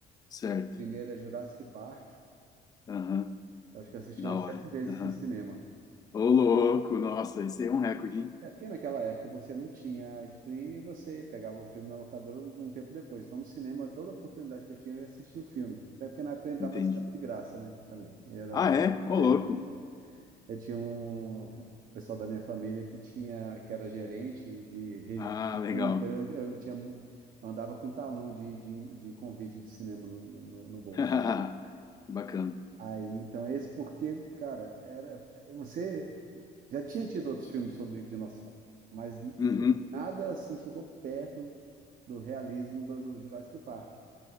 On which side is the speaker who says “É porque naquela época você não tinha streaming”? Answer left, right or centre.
Right